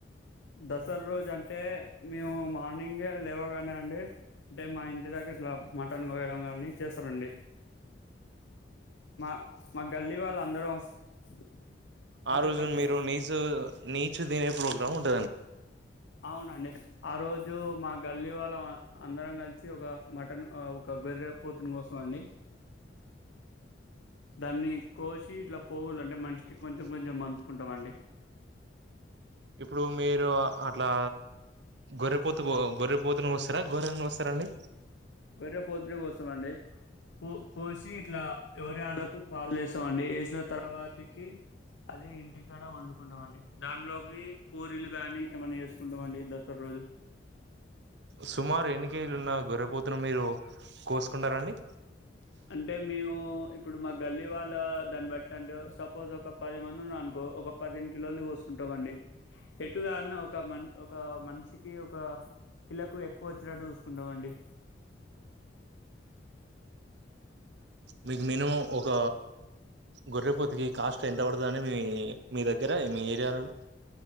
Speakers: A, on the left; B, on the right.
A: దసరా రోజు అంటే మేము మార్నింగే లేవగానే అండి అంటే మా ఇంటి దగ్గర ఇట్లా మటన్ కోయడం కానీ చేస్తారండి మా మా గల్లీ వాళ్ళ అందరూ <unintelligible>
B: ఆహ్ రోజు
A: చెప్పండి చెప్పండి
B: మీరు నీసు నీచు తినే ప్రోగ్రాం ఉంట
A: అవునండి ఆహ్ రోజు మాక్ గల్లీ వాళ్ళం అందరం కలిసి ఒక మటన్ ఒక గొర్రె పూతును కోసం అండి దాన్ని కోసి ఇట్లా పోవులు అంటే మనిషికి కొంచం కొంచెం మం ఉంటమండి
B: ఇప్పుడు మీరు అట్లా గొర్రెపోతు గొర్రెపోతుని కోస్తారా గొర్రెనీ కోస్తారా అండి
A: గొర్రెపోతు నీ కోస్తామ అండి కో కోసి ఇట్లా ఎవరి వాళ్ళకు పాలు వేస్తామండి వేసిన తర్వాతికి అది ఇంటికాడ వండుకుంటాం అండి దాంట్లోకి పూరీలు గాని ఏమన్నా చేసుకుంటాం అండి దసరా రోజు
B: సుమారు ఎన్నికేజులు ఉన్న గొర్రెపోతును మీరు కోసుకుంటారండి
A: అంటే మేము ఇప్పుడు మా గల్లీ వాళ్ళ దాన్ని బట్టి అంటే సపోజ్ ఒక పది మంది ఉన్నా అనుకో ఒక పదిను కిలోలు కోసుకుంటాండి ఎటుగాదన్న ఒక మ ఒక మనిషికి ఒక కిలకు ఎక్కువ వచ్చినట్టు చూసుకుంటామండి
B: మీకు మినిమం ఒక గొర్రెపోతికి కాస్ట్ ఎంత పడుతుందని మీ మీ దగ్గర మీ ఏరియాలలో